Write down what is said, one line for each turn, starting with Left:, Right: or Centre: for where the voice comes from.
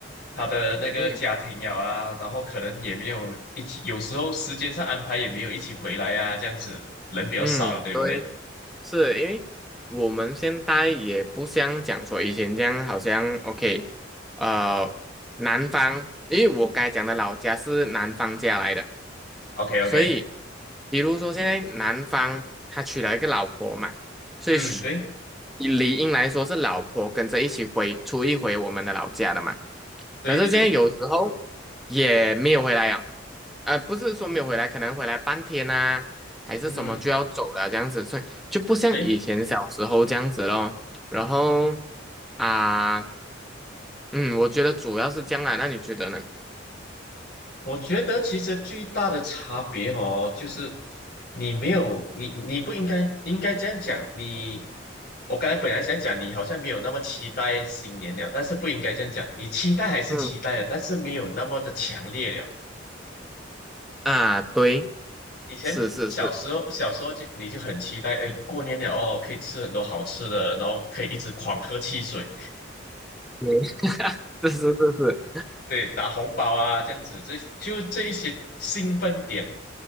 Left: 他的那个家庭了啊，
Centre: 嗯
Left: 然后可能也没有一起，有时候时间上安排也没有一起回来啊，这样子人比较少了，
Centre: 嗯，
Left: 对不对
Centre: 对。是因为我们现在也不像讲说以前这样，好像 OK，呃，南方，因为我刚才讲的老家是南方家来的，
Left: ？OK
Centre: 所以
Left: OK，
Centre: 比如说现在南方他娶了一个老婆嘛，所以是
Left: 嗯，对
Centre: 以理应来说是老婆跟着一起回出一回我们的老家的嘛，
Left: 对对对对，
Centre: 可是现在有时候也没有回来啊，呃，不是说没有回来，可能回来半天啊，还是什么就要走了这样子，
Left: 嗯哼。
Centre: 所以。就不像以前小时候这样子咯。
Left: 对。
Centre: 然后啊，嗯，我觉得主要是这样啊那你觉得呢？
Left: 我觉得其实最大的差别哦，就是你没有你你不应该应该这样讲，你我刚才本来想讲你好像没有那么期待新年了，但是不应该这样讲，你期待还是期待的，
Centre: 嗯，
Left: 但是没有那么的强烈了。
Centre: 啊，对，
Left: 以前小时候小时候就你就很期待，
Centre: 是是是，
Left: 哎，过年了哦，可以吃很多好吃的，然后可以一直狂喝汽水，
Centre: 对，<laughs> 是是是是，
Left: 对，拿红包啊这样子，这就这一些兴奋点